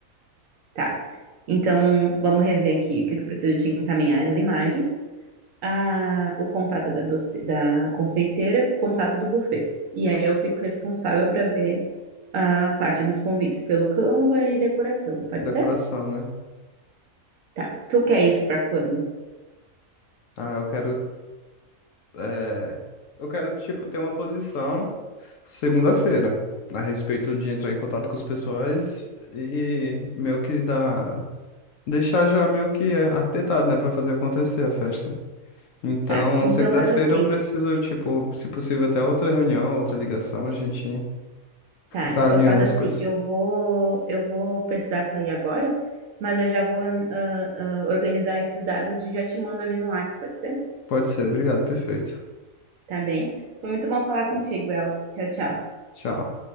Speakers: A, on the right; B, on the left.
A: Tá. Então, vamos rever aqui o que que eu preciso te encaminhar as imagens. a- o contato da, doce- da confeiteira, o contato do buffet. E aí eu fico responsável para ver a parte dos convites pelo Canva e decoração, pode
B: Decoração,
A: ser?
B: né?
A: Tá. Tu quer isso para quando?
B: Ah, eu quero é, eu quero, tipo, ter uma posição segunda-feira a respeito de entrar em contato com os pessoais e meio que dar, deixar já meio que é, arquitetado, né, Pra fazer acontecer a festa. Então,
A: Tá. Então
B: segunda-feira
A: faz assim.
B: eu preciso, tipo, se possível, até outra reunião, outra ligação, a gente
A: Tá.
B: tá
A: Então
B: alinhando
A: faz assim.
B: as coisas.
A: Eu vou, eu vou precisar sair agora, mas eu já vou ah, ah, organizar esses dados e já te mando ali no WhatsApp, pode ser?
B: Pode ser, obrigado, perfeito.
A: Tá bem? Foi muito bom falar contigo, El. Tchau, tchau.
B: Tchau.